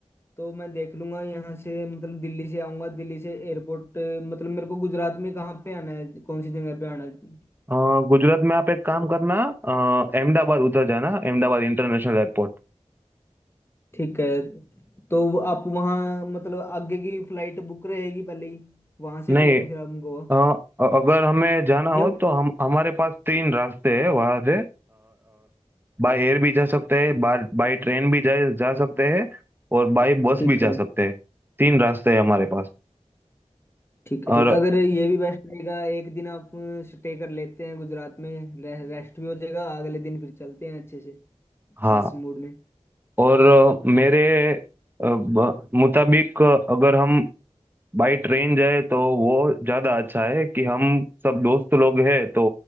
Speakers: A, on the left; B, on the right.
A: तो मैं देख लूंगा यहाँ से मतलब दिल्ली से आऊंगा दिल्ली से एयरपोर्ट मतलब मेरे को गुजरात में कहाँ पे आना है कौन सी जगह पे आना है
B: अ, गुजरात में आप एक काम करना अ, अहमदाबाद उतर जाना अहमदाबाद इंटरनेशनल एयरपोर्ट
A: ठीक है तो वो आप वहाँ मतलब आगे की फ्लाइट बुक रहेगी पहले ही वहां
B: नहीं
A: से चलेंगे फिर हम गोवा
B: अ, अ- अगर हमें जाना हो
A: या
B: तो हम हमारे पास तीन रास्ते हैं वहां से बाय एयर भी जा सकते हैं बाय बाय ट्रेन भी जा जा सकते हैं और बाय बस
A: ठीक
B: भी
A: है
B: जा सकते हैं तीन रास्ते हैं हमारे पास
A: ठीक है
B: और
A: ठीक अगर ये भी बेस्ट रहेगा एक दिन आप स्टे कर लेते हैं गुजरात में रे, रेस्ट भी हो जाएगा अगले दिन फिर चलते हैं अच्छे से
B: हाँ
A: फ्रेश मूड में
B: और अ, मेरे अ, ब- मुताबिक अ, अगर हम बाई ट्रेन जाए तो वो ज्यादा अच्छा है कि हम सब दोस्त लोग हैं तो